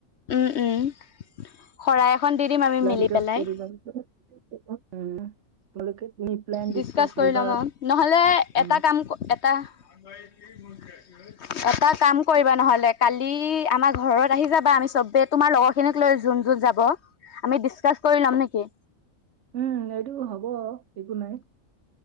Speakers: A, on the left; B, on the right.
A: উম', উম, শৰাই এখন দি দিম আমি
B: প্লেন
A: পেলাই।
B: <unintelligible> উম। <unintelligible>
A: ডিচকাচ কৰি
B: কৰিবা
A: লম আৰু, নহলে
B: উম
A: এটা কাম এটা এটা কাম কৰিবা নহলে কালি আমাৰ ঘৰত আহি যাবা, আমি চবে তোমাৰ লগৰ খিনিক লৈ যোন যোন যাব, আমি ডিচকাচ কৰি লম নেকি?
B: উম, এইটো হ'ব একো নাই,